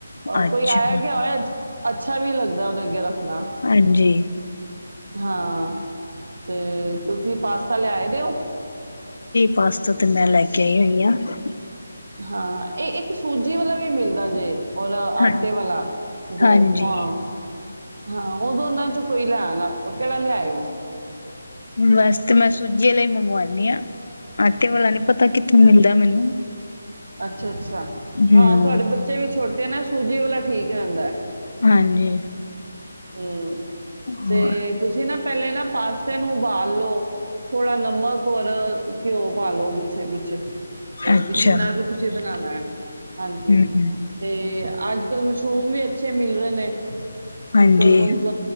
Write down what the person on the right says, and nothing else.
ਉਹ
ਕੋਈ ਆਇਆ ਕ ਹੋਇਆਜ ਅੱਛਾ ਵੀ ਲੱਗਦਾ ਉਹਦਾਰਾ ਨਾ
ਹਾਂ ਤੇ ਤੁਸੀਂ ਪਾਸਤਾ ਲਿਆਏ ਦਿਓ
ਹਾਂ ਇਹ ਇੱਕ ਸੂਜੀ ਵਾਲਾ ਵੀ ਮਿਲਦਾ ਜੇ ਔਰ ਆਟੇ
ਵਾਲਾ ਦੋ
ਹਾਂ ਹਾਂ ਉਹਦੋ ਉਹਨਾਂ ਚੋਂ ਕੋਈ ਲਿਆ ਨਾ ਕਿਹੜਾ ਲਿਆਇਓ
ਅੱਛਾ ਅੱਛਾ ਅੱਛਾ
ਹਾਂ ਤੁਹਾਡੇ ਬੱਚੇ ਵੀ ਛੋਟੇ ਨੇ ਸੂਜੀ ਵਾਲਾ ਠੀਕ ਰਹਿੰਦਾ ਹੈ
ਹਮ
ਤੇ ਤੁਸੀਂ ਨਾ ਪਹਿਲੇ ਨਾ ਪਾਸੇ ਨੂੰ ਉਬਾਲ ਲੋ ਥੋੜਾ ਨਮਕ ਔਰ ਘਿਓ ਪਾਾਲੋ ਕੁਛ ਵਿੱਚ ਤੇ
ਜਿੰਨਾ ਵੀ ਤੁਸੀਂ ਬਣਾਉਣਾ ਹੈ ਹਾਂਜੀ
ਤੇ ਅੱਜ ਕੱਲ੍ਹ ਮਸ਼ਰੂਮ ਵੀ ਅੱਛੇ ਮਿਲ ਰਹੇ ਨੇ
ਫੌਨਸ